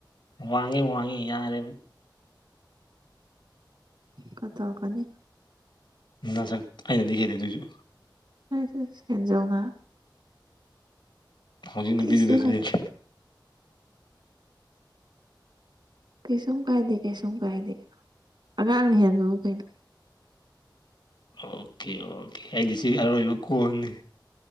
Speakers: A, on the left; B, on the right.
A: ꯋꯥꯡꯉꯦ ꯋꯥꯡꯉꯦ ꯌꯥꯔꯦꯕ
B: ꯈꯔꯥ ꯇꯧꯔꯛꯀꯅꯤ
A: ꯅꯁꯛ ꯑꯩꯅꯗꯤ ꯍꯦꯜꯂꯤ ꯑꯗꯣꯏꯁꯨ
B: ꯑꯁ ꯑꯁ ꯍꯦꯟꯖꯧꯅ
A: ꯍꯧꯖꯤꯛ ꯅꯨꯄꯤꯗꯨꯅꯁꯨ
B: ꯀꯩꯁꯨ
A: ꯍꯦꯜꯂꯤ
B: ꯀꯩꯁꯨꯝ ꯀꯥꯏꯗꯦ ꯀꯩꯁꯨꯝ ꯀꯥꯏꯗꯦ ꯑꯉꯥꯡꯅ ꯍꯦꯟꯕꯕꯨ ꯀꯩꯅꯣ
A: ꯑꯣꯀꯦ ꯑꯣꯀꯦ ꯑꯩꯗꯤ ꯁꯤꯒꯤ ꯑꯔꯣꯏꯕ ꯈꯣꯜꯅꯤ